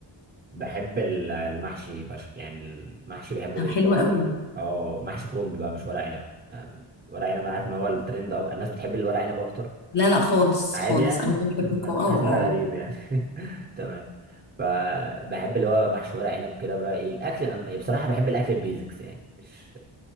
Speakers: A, on the right; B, on the left.
A: بحب ال- المحشي فشخ يعني المحشي بحبه
B: طب
A: جدا
B: حلو قوي
A: اه محشي كرنب بقى مش ورق عنب ما- ورق عنب عارف ان هو الترند أو... الناس بتحب الورق عنب اكتر
B: لا لا خالص
A: عادي
B: خالص
A: يعني
B: انا بحب
A: <laughs>
B: الكو
A: كنت
B: اه
A: حاسس ان
B: اه
A: انا غريب يعني <laughs> تمام فبحب اللي هو محشي ورق عنب كده بقى ايه الاكل يعني بصراحه بحب الاكل البيزكس يعني مش